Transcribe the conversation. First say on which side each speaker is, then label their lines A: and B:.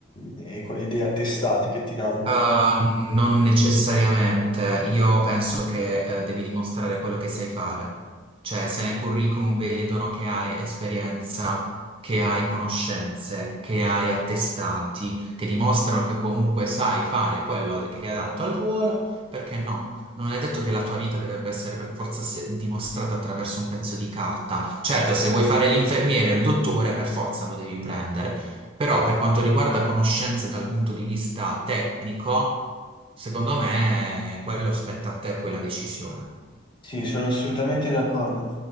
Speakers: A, on the left; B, on the right.
A: e co- e dei attestati che ti danno?
B: Uh, non necessariamente, io penso che eh, devi dimostrare quello che sai fare, cioè se nel curriculum vedono che hai esperienza, che hai conoscenze, che hai attestati, che dimostrano che comunque sai fare quello ad- che è adatto al ruolo, perché no? Non è detto che la tua vita deve essere per forza se- dimostrata attraverso un pezzo di carta. Certo, se vuoi fare l'infermiere o il dottore, per forza lo devi prendere. Però per quanto riguarda conoscenze dal punto di vista tecnico, secondo me eh, quello spetta a te poi la decisione.
A: Sì, sono assolutamente d'accordo.